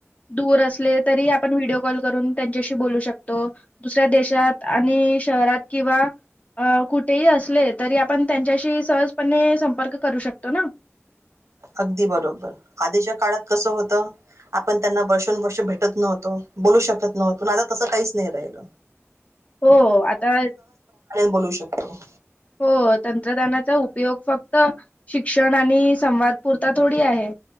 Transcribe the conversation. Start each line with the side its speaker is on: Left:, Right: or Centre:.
Left: दूर असले तरी आपण व्हिडओ कॉल करून त्यांच्याशी बोलू शकतो दुसऱ्या देशात आणि शहरात किंवा कुठेही असले तरी आपण त्यांच्याशी सहजपणे संपर्क करू शकतो ना
Right: अगदी बरोबर आधीच्या काळात कसं होतं आपण त्यांना वर्षोनुवर्ष भेटत नव्हतो बोलू शकत नव्हतो आता तसं काहीच नाही राहिल
Left: हो आता
Right: बोलू शकतो
Left: हो तंत्रज्ञानाचा उपयोग फक्त शिक्षण आणि संवाद पुरता थोडी आहे